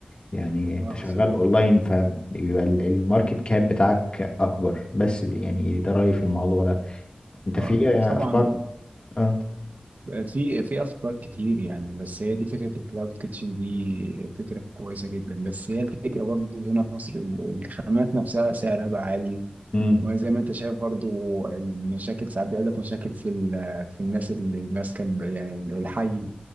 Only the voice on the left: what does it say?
يعني انت
شغال
اونلاين فبيبقى ال- الماركت كاب بتاعك اكبر بس يعني ده رأيي في الموضوع ده انت
في
افكار اه
امم